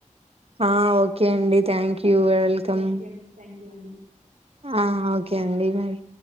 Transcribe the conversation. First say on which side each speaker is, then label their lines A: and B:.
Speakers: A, on the right (about 50°); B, on the right (about 85°).
A: ఆ ఓకే అండి thank you welcome
B: thank you thank you అండి
A: ఆ ఓకే అండి మరి